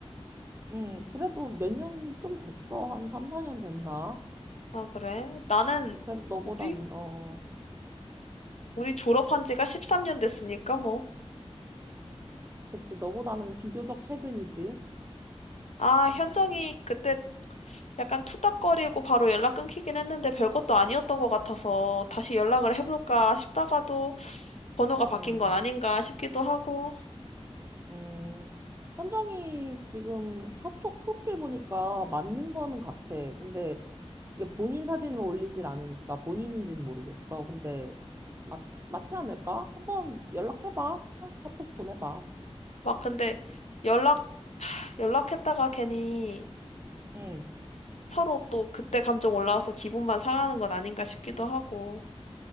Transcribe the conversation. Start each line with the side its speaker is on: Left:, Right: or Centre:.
Right: 응. 그래도 몇 년 좀 됐어. 한 3, 4년 됐나?
Left: 아, 그래? 나는
Right: 그래도 너보다는,
Left: 우리
Right: 어, 어.
Left: 우리 졸업한 지가 13년 됐으니까 뭐.
Right: 그치, 너보다는 비교적 최근이지.
Left: 아, 현정이 그때 약간 투닥거리고 바로 연락 끊기긴 했는데 별것도 아니었던 것 같아서 다시 연락을 해볼까 싶다가도 번호가
Right: 음,
Left: 바뀐 건 아닌가 싶기도 하고.
Right: 음. 현정이 지금 카톡 프로필 보니까 맞는 거는 같아. 근데 이게 본인 사진으로 올리질 않으니까 본인인지는 모르겠어. 근데 맞, 맞지 않을까? 한번 연락해봐. 카톡 보내봐.
Left: 막 근데 연락, 연락했다가 괜히
Right: 응,
Left: 서로 또 그때 감정 올라와서 기분만 상하는 건 아닌가 싶기도 하고.